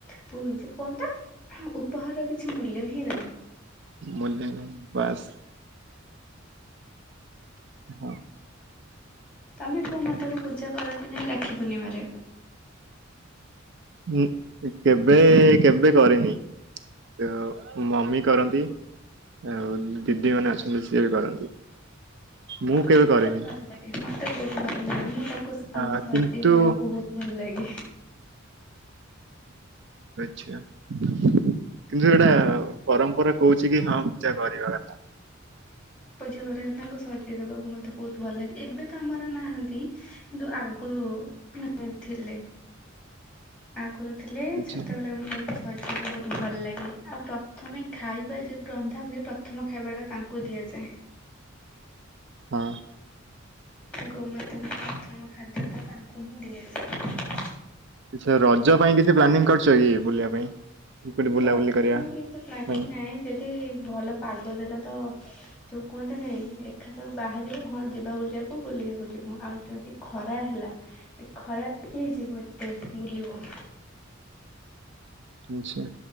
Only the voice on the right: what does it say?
ମୂଲ୍ୟ ନାଇ ବାସ୍। ହଁ।
ଉଁ କେବେ କେବେ କରିନି। ତ ମୋ ମମି କରନ୍ତି। ଆଉ ଦିଦି ମାନେ ଅଛନ୍ତି ସିଏ ବି କରନ୍ତି। ମୁଁ
କେବେ କରେନି
ଆ
କିନ୍ତୁ
ଆଛା। କିନ୍ତୁ ସେଇଟା ପରମ୍ପରା କହୁଛି କି ହଁ ପୂଜା କରିବା କଥା।
ଆଚ୍ଛା
ହଁ।
ଏଥର ରଜ ପାଇଁ କିଛି ପ୍ଲାନିଂ କରିଛ କି ବୁଲାବା ପାଇଁ କି କୋଉଠି ବୁଲାବୁଲି
କରିବା
ନାଇଁ।
ଆଛା।